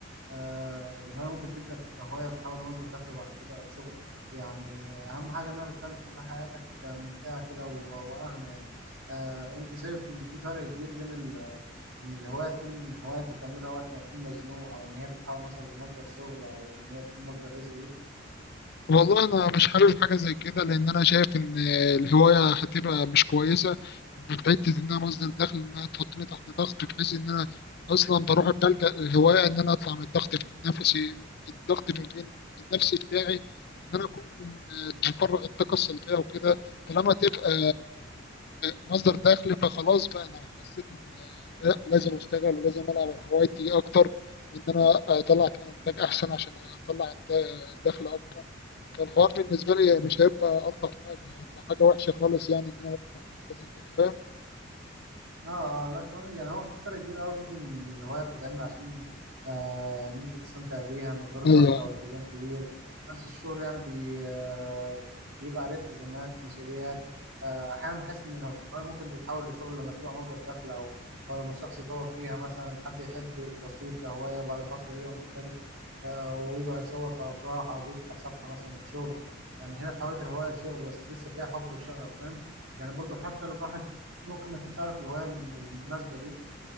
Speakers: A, on the right; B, on the left.
A: آه، الهواية ممكن تبدأ كهواية وتتحول لمصدر دخل بعد كده أو شغل يعني أهم حاجة إنها بتخلي حياتك ممتعة كده و- وأغنى يعني آه، أنت شايف إن في فرق كبير بين ال إن الهواية تكون هواية أنت بتعملها وقت ما تكون مزنوق أو إن هي تتحول مثلا لمصدر شغل أو إن هي تكون مصدر رزق
B: والله انا مش حابب حاجه زي كده لان انا شايف ان الهوايه هتبقى مش كويسه بحيث انها مصدر دخل انها تحطني تحت ضغط بحيث ان انا اصلا بروح بلجأ للهوايه ان انا اطلع من الضغط النفسي الضغط النفسي بتاعي ان انا اكون بفرغ الطاقه السلبيه وكده فلما تبقى مصدر دخل فخلاص بقى انا حسيت ان لا لازم اشتغل لازم العب على هوايتي اكتر ان انا اطلع فيها انتاج احسن عشان اطلع انتاج دخل اكبر فالحوار بالنسبة لي
A: ليك؟
B: مش هيبقى ألطف حاجة هيبقى حاجة وحشة خالص يعني إن أنا ممكن أعمل حاجة زي كده فاهم؟
A: اه اه لا كمان يعني هو في فرق كبير قوي بين الهواية بتتعمل عشان آه ان انت تستمتع بيها من غير ضغط
B: هي
A: او التزام كبير بس الشغل يعني بي آه بيبقى عليه التزامات مسؤوليات آه احيانا بحس ان الهواية ممكن تتحول لشغل لما تبقى مصدر دخل او او لما الشخص يطور فيها مثلا حد يحب التصوير كهواية وبعد فترة يبقى محترف آه ويبقى يصور في افراح او بيفتح صفحة مثلا شغل يعني هنا اتحولت الهواية لشغل بس لسه فيها حب وشغف فاهم يعني برضو حتى الواحد ممكن ما يكونش عارف الهوايه الم- المناسبه ليه